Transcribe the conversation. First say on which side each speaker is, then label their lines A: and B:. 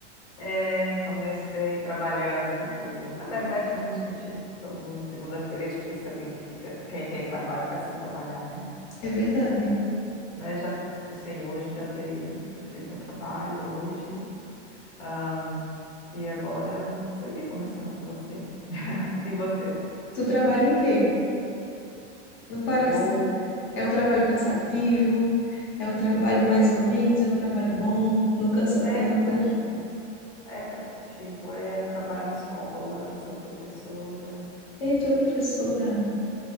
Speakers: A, on the left; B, on the left.
A: é, comecei trabalhando. assim. Na verdade, né, a gente, todo mundo, segunda-feira é difícil alguém que fica, quem tem trabalho ficar sem trabalhar, né?
B: É verdade.
A: Mas já, assim, hoje eu já dei, eu fiz meu trabalho hoje. Ah, e agora tô aqui conversando com você. <laughs> E você?
B: Tu trabalha em quê? Não parece.
A: Eu
B: É um trabalho cansativo, é um trabalho mais ou menos, é um trabalho bom, não cansa tanto.
A: é cansativo, é cansativo, é eu trabalho em escola, eu sou professora.
B: Ei, tu é professora.